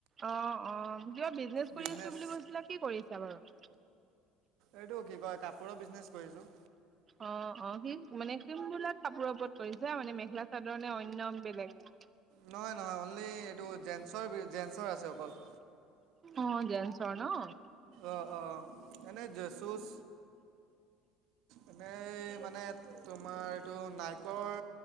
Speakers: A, on the right; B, on the right.
A: অ', অ' কিবা বিজনেচ
B: বিজনেছ
A: কৰি আছো বুলি কৈছিলা কি কৰি আছা বাৰু?
B: এইটো কি কয় কাপোৰৰ বিজনেছ কৰিছো।
A: অ', অ' সি মানে কোনবিলাক কাপোৰৰ ওপৰত কৰিছা মানে মেখেলা চাদৰ নে অন্য বেলেগ?
B: নহয়, নহয় অনলি এইটো জেঞ্চৰ জেঞ্চৰ আছে অকল।
A: অ' জেঞ্চৰ নঅ।
B: আহ, আহ এনেই যেচুচ। এনেই মানে তোমাৰ এইটো নাই। নাইকৰ,